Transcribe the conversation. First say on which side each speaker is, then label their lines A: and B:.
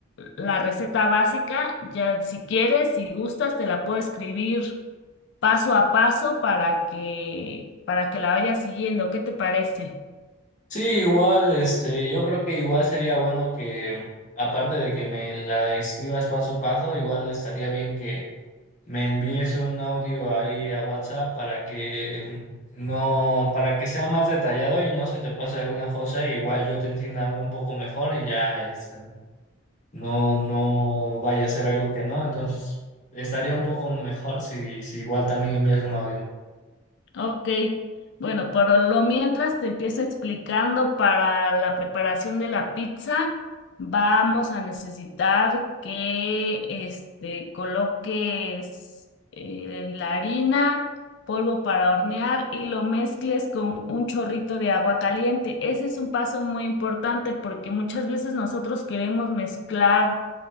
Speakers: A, on the left (about 55°); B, on the left (about 35°).
A: la receta básica. Ya si quieres, si gustas, te la puedo escribir paso a paso para que, para que la vayas siguiendo. ¿Qué te parece?
B: Sí, igual, este, yo creo que igual sería bueno que, aparte de que me la escribas paso a paso, igual estaría bien que me envíes un audio ahí a WhatsApp para que mm, no, para que sea más detallado y no se te pase alguna cosa, igual yo te entienda un poco mejor y ya, es no, no vaya a ser algo que no, entonces estaría un poco mejor si, si igual también envías un audio.
A: Ok, bueno, pero lo mientras te empiezo explicando para la preparación de la pizza, vamos a necesitar que este, coloques eh, la harina, polvo para hornear y lo mezcles con un chorrito de agua caliente. Ese es un paso muy importante porque muchas veces nosotros queremos mezclar